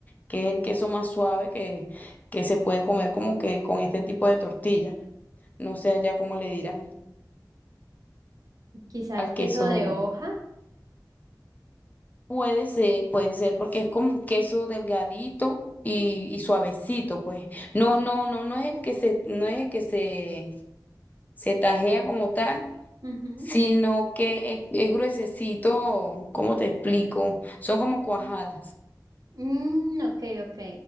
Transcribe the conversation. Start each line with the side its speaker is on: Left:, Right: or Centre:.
Left: que es el queso más suave que, que se puede comer como que con este tipo de tortilla. No sé allá cómo le dirán
Right: quizá
Left: al
Right: el queso
Left: queso.
Right: de hoja.
Left: Puede ser, puede ser, porque es como un queso delgadito y, y suavecito, pues. No, no, no, no es el que se, no es el que se, se tajea como tal,
Right: Ujú.
Left: sino que es, es gruesecito, ¿cómo te explico? Son como cuajadas,
Right: Mm, ok, ok,